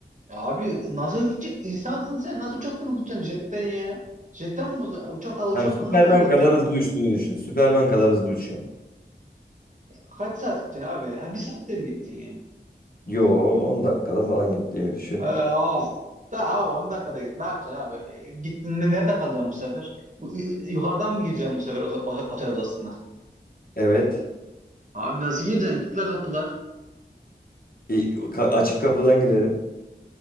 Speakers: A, on the right; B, on the left.
A: Ya Abi nasıl gidecek? İnsansın sen. Nasıl uçaktan hızlı uçacaksın jetten ya? Jetten mi? Uçaktan, uçaktan
B: Yani Süpermen
A: nasıl hızlı uçacaksın
B: kadar
A: abi?
B: hızlı uçtuğumu düşün. Süpermen kadar hızlı uçuyorum.
A: Kaç saat gideceksin abi? Ya bir saatte mi gittin ya?
B: Yo 10 dakikada falan gittiğimi düşün.
A: Ee, o. Da, abi 10 dakikada git. Ne yapacaksın abi? E, Gittin de nerede kalacaksın bu sefer? Bu- Yukarıdan mı gireceksin bu sefer otel, otel odasına?
B: Evet.
A: Abi nasıl gireceksin? Kitle kapılar.
B: İ- ka- açık kapıdan girerim.